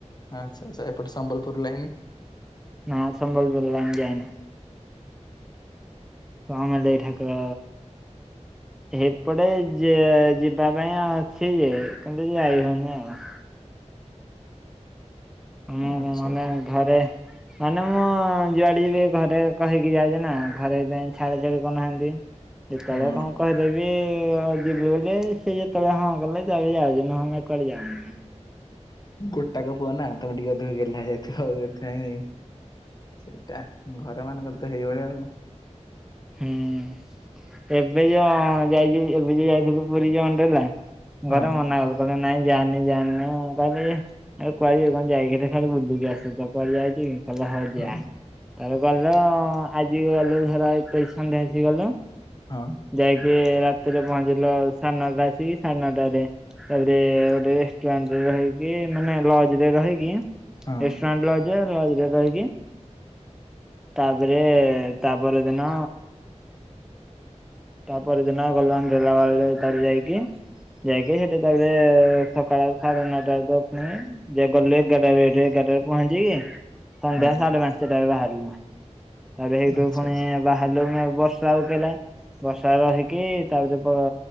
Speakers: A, on the left; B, in the centre.
A: ଆଚ୍ଛା ଆଛା ଏପଟ ସମ୍ବଲପୁର ଲାଇନି।
B: ନାଁ ସମ୍ବଲପୁରଲାଇନି ଯାଇନି। ସମଲେଇ ଠାକୁର ଏପଟେ ଯେ ଯିବା ପାଇଁ ଅଛି ଯେ କିନ୍ତୁ ଯାଇ ହଉନି ଆଉ। ହୁଁ
A: ଆଚ୍ଛା
B: ହୁଁ ମାନେ
A: ଆଚ୍ଛା।
B: ଘରେ। ମାନେ ମୁଁ ଯୁଆଡେ ଯିବି ଘରେ କହିକି ଯାଛ ନା ଘରେ ସେଥିପାଇଁ ଛାଡ ଛାଡି କରନାହାନ୍ତି। ସେତେବେଳେ
A: ହୁଁ
B: କଣ କହିଦେବି। ଯିବି ବୋଲି ସ ଯେତେବେଳେ ହଁ କଲେ ଯ ଯାଉଛି ନହେଲେ କୁଆଡେ ଯାଉନି।
A: ଗୋଟା କ ପୁଅ ନା ତମେ ଟିକେ ଅଧିକ ଗେଲ୍ଲା ହେଇଯାଉଥିବ। ଚାଉ ରଖ ହ ନାଇ <unintelligible> ସେଇଟା ଘର ମାନଙ୍କର ତ ହେଇଭଳିଆ ଆଉ।
B: ହୁଁ ଏବେ ଯୋଉ ଯାଇ ଏବେ ଯୋଉ ଯାଇଥିଲୁ ପୁରୀ ଯୋ ଅଣ୍ଡେଲା।
A: ହଁ
B: ଗରମ ମ ନା ଗ କ <unintelligible> ନାଇଁ ଜାଣି ଜାଣି ମୁଁ କହିଲି କୁହାଯିବ କଣ ଯାଇକି ଖାଲି ବୁଲୁକି ଆସୁ ତ କୁଆଡେ ଯାଇଛି କି। ଭଲ ହଉ
A: ହଁ
B: ଯା ତାର। ଗଲ ଆଜି ଗଲୁ ଧର। ଏଇ ସନ୍ଧ୍ୟୋ ଆସିଗଲ <unintelligible>
A: ହଁ
B: ଯାଇକି ରା। ରାଥିରେ ପହଞ୍ଚିଲ ସାଢ଼େ ନଅଟା ଆସିକି ସାଢ଼େ ନଅଟରେ ତାପରେ ଗୋଟେ ରେଷ୍ଟୁରାଣ୍ଟରେ ରହିକି ମାନେ ଲଜ ରେ ରହିକି।
A: ହଁ।
B: ଏଷ୍ଟ ମଣ୍ଡଲ ଅଜା ରକି ତାପରେ ତାପରେ ଦିନ ତାପ ଦିନ ଗଲ ଗଲା ବଳାର ଯାଇକି ଯାଇକି ସେଠି ତାପରେ ସକାଳ ସାଢେ ନଅଟା ପୁଣି ଯ ଗଲେ ଏଗାରଟଠ ଏଗାରଟ ପହଞ୍ଚିକି। ସନ୍ଧ୍ୟା
A: ହଁ
B: ସାଢ଼େ ପାଞ୍ଚଟ ବା ହଲମା ତାପରେ ସେଇଠୁ
A: ଆଚ୍ଛା
B: ପୁଣି
A: ଆଚ୍ଛା
B: ବାହାରଲୁ ବର୍ଷା ଆ କଲା ବର୍ଷା ରହିକି ତାପରେ